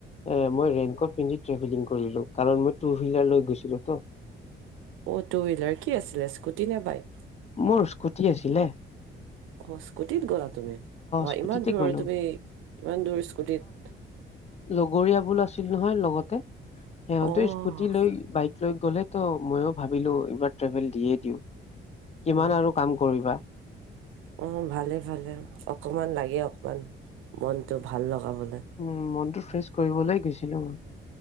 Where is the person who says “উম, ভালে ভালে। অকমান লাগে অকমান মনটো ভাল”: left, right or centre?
Right